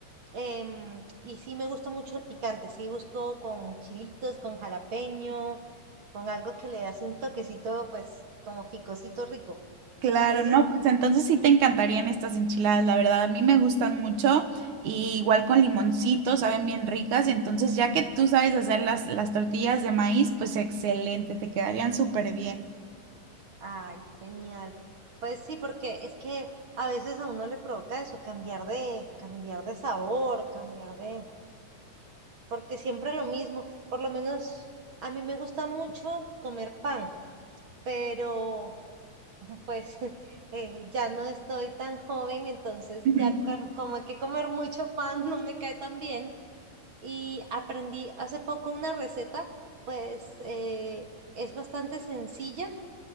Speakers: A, on the right; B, on the right.
A: Em, y sí me gusta mucho el picante, sí busco con chilitos, con jalapeño, con algo que le hace un toquecito, pues como picosito rico.
B: Claro,
A: Entonces,
B: no, pues entonces sí te encantarían estas enchiladas, la verdad, a mí me gustan mucho y igual con limoncito, saben bien ricas, entonces ya que tú sabes hacer las, las tortillas de maíz, pues excelente, te quedarían súper bien.
A: Ay, genial. Pues sí, porque es que a veces a uno le provoca eso, cambiar de, cambiar de sabor, cambiar de, porque siempre lo mismo. Por lo menos a mí me gusta mucho comer pan, pero pues <laughs> eh, ya no estoy tan joven, entonces
B: <laughs>
A: ya com- como que comer mucho pan <laughs> no me cae tan bien. Y aprendí hace poco una receta, pues eh, es bastante sencilla